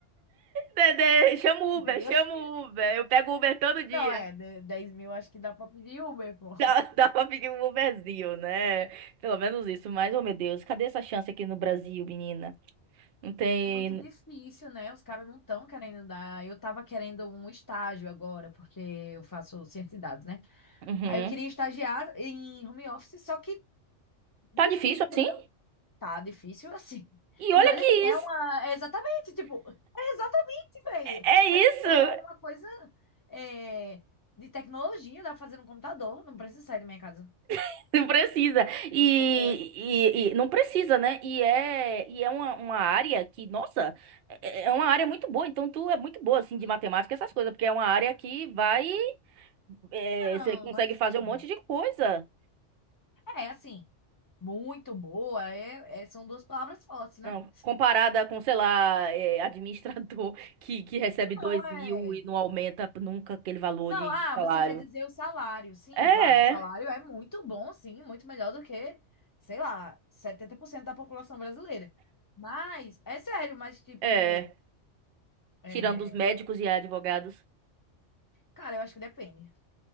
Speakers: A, on the right (about 60°); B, on the left (about 20°).
A: Dedê, chama o
B: <laughs>
A: Uber,
B: Eu
A: chama
B: sei.
A: o Uber. Eu pego Uber todo dia.
B: Não, é,
A: <laughs>
B: de- 10 mil acho que dá pra pedir Uber, pô.
A: Dá, dá pra pedir um Uberzinho, né? Pelo menos isso. Mas, oh meu Deus, cadê essa chance aqui no Brasil, menina? Não tem.
B: Muito difícil, né? Os caras não estão querendo dar. Eu tava querendo um estágio agora, porque eu faço ciência de dados, né?
A: Uhum.
B: Aí eu queria estagiar em home office, só que difícil,
A: Tá difícil assim?
B: viu? Tá difícil assim.
A: E
B: E
A: olha
B: olha
A: que
B: que é
A: isso.
B: uma. É exatamente, tipo, é exatamente, velho.
A: É
B: Olha
A: isso!
B: que é uma coisa é, de tecnologia, dá pra fazer no computador, não precisa sair da minha casa.
A: <laughs> Não precisa. E,
B: O- Oi?
A: e, e não precisa, né? E é, e é uma, uma área que, nossa, é é uma área muito boa. Então, tu é muito boa, assim, de
B: Hum,
A: matemática, essas coisas, porque é uma área que vai. é,
B: Não,
A: você consegue
B: assim.
A: fazer um monte de coisa.
B: É, assim, muito boa, é, é- são duas palavras fortes, né?
A: Não, comparada com, sei lá, é, administrador <laughs> que, que recebe
B: Não,
A: dois
B: é.
A: mil e não aumenta nunca aquele valor
B: Não,
A: de
B: ah,
A: salário.
B: você quer dizer o salário. Sim,
A: É,
B: claro, o salário é muito bom, sim, muito melhor do que, sei lá, 70% da população brasileira. Mas, é sério, mas tipo,
A: é.
B: é,
A: Tirando os médicos e advogados.
B: cara, eu acho que depende.